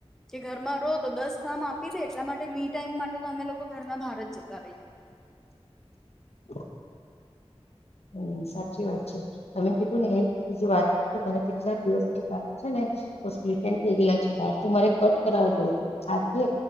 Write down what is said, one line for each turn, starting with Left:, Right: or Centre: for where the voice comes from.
Centre: કે ઘરમાં રહો તો દસ કામ આપી દે એટલા માટે મી ટાઈમ માટે તો અમે લોકો ઘરના બહાર જ જતા રહીએ.
Left: <inaudible> હમ સાચી વાત છે તમે કીધું ને એ એજ વાત મને કેટલા દિવસરા છે ને. બસ સપ્લીટ એન્ડ થઈ ગયલા છે વાળ તો મારે કટ કરાવવા જવું છે આજે.